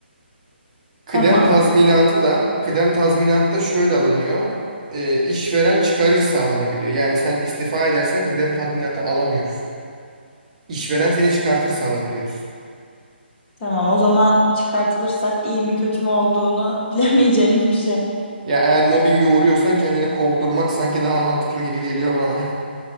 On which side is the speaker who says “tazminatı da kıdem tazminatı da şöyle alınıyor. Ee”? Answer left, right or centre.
Right